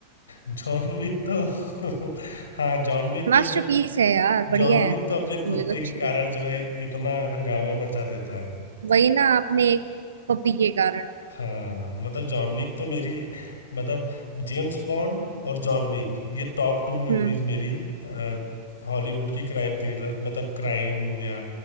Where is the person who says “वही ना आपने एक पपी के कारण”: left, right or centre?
Right